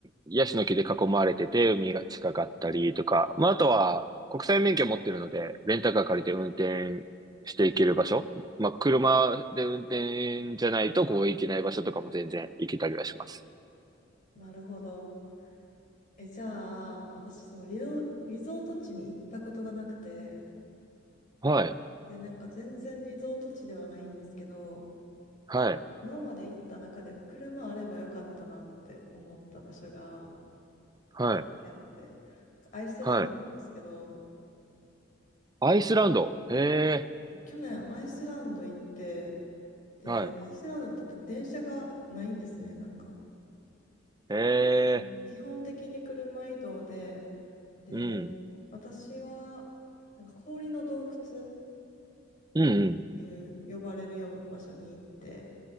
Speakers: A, on the right; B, on the left.
A: ヤシの木で囲まれてて、海が近かったりとか、まあ、あとは、国際免許持ってるので、レンタカー借りて運転していける場所、まあ、車で運転じゃないと、こう、行けない場所とかも全然行けたりはします。
B: あ、なるほど。え、じゃあ、私、そのリゾ、リゾート地に行ったことがなくて、
A: はい、
B: で、なんか全然リゾート地ではないんですけど、
A: はい、
B: 今まで行った中で車あればよかったなって思った場所が
A: はい、
B: 一個だけあって、アイスランドなんですけど、
A: はい。アイスランド。へえ、
B: 去年アイスランド行って、で、
A: はい。
B: アイスランドって電車がないんですね、なんか。
A: へ
B: で基本的に車移動で、
A: え、
B: で、
A: うん、
B: 私は、なんか氷の洞窟っ
A: うん、うん、
B: ていう呼ばれるような場所に行って、